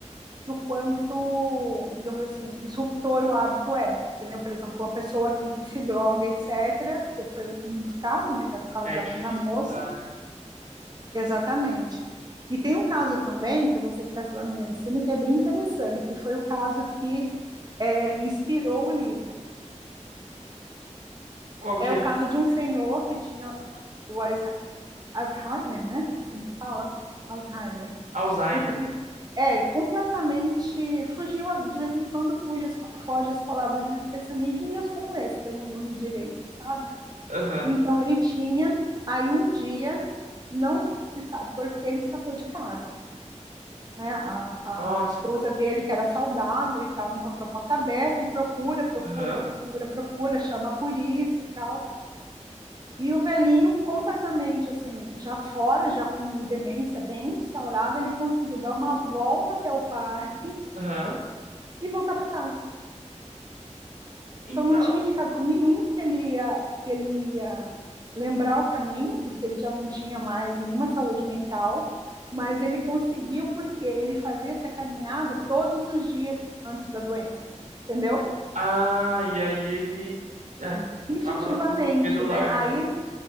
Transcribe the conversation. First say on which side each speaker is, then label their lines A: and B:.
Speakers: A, on the right; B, on the right.
A: do quanto, digamos assim, disruptor o hábito é. Entendeu? Por exemplo, uma pessoa que, que se droga, etcétera que foi um dos casos, né, que era o caso
B: É
A: da,
B: difícil
A: da moça,
B: mudar, né?
A: exatamente. E tem um caso também, para você que está estudando medicina, que é bem interessante, que foi o caso que é, inspirou o livro.
B: Qual
A: É
B: que
A: o
B: é?
A: caso de um senhor que tinha o Alzheimer, né? É Assim que fala, Alzheimer.
B: Alzheimer.
A: Então, ele- é, completamente fugiu, a- de vez em quando fuge as, pa- foge as palavras, especialmente em dias como esse, que eu não dormi direito, sabe?
B: Aham.
A: Então, ele tinha, aí um dia, não se sabe por que ele escapou de casa. Né? A,
B: Nossa.
A: a esposa dele, que era saudável e tal, encontrou a porta aberta e procura, procura,
B: Aham.
A: procura, procura, chama a polícia e tal. E o velhinho, completamente assim, já fora, já com demência bem instaurada, ele conseguiu dar uma volta até o parque
B: Aham.
A: e voltar para casa.
B: Então,
A: Então não tinha indicador nenhum que ele ia, que ele ia lembrar o caminho, porque ele já não tinha mais nenhuma saúde mental, mas ele conseguiu porque ele fazia essa caminhada todos os dias antes da doença, entendeu?
B: ah, e aí ele, né,
A: Instintivamente,
B: tava medular,
A: né? Aí
B: né?